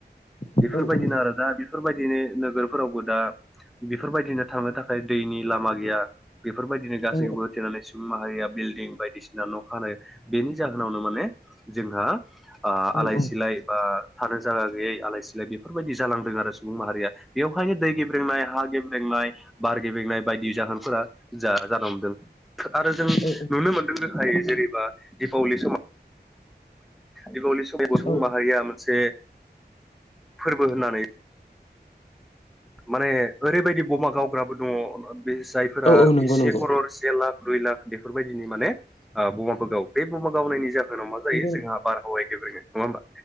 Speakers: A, on the left; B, in the centre.
A: औ
B: बेफोरबायदिनो
A: औ औ
B: आरो दा बेफोरबायदिनो नोगोर। फोरावबो दा बेफोरबायदिनो थांनो थाखाय दैनि लामा गैया। बेफोरबायदिनो गासैखौबो
A: औ
B: होथेनानै सुबुं माहारिया बिल्डिं बायदिसिना न' हानाय बेनि जाहोनावनो माने जोंहा ओ
A: औ
B: आलाय
A: औ
B: सिलाय बा थानो जायगा गैयै आलाय सिलाय बेफोरबायदि जालांदों आरो सुबुं माहारिया। बेवहायनो दै गेब्रेंनाय हा गेब्रेंनाय बार गेब्रेंनाय बायदि जाहोनफोरा जाहा जानो हमदों। आरो जों
A: औ
B: नुनो मोनदों रोखायै जेनेबा दिपावलि सम दिपावलि समाव सुबुं
A: औ
B: माहारिया मोनसे। फोरबो होननानै माने ओरैबायदि बमा गावग्राबो दङ। बे जायफोरा
A: औ औ नंगौ
B: से
A: नंगौ
B: करर से लाख दुइ लाख बेफोरबायदिनि माने बमाफोर गावो। बे बमा गावनायनि जाहोनाव मा जायो
A: नंगौ
B: जोंहा बारहावाया गेब्रेङो नङा होमबा।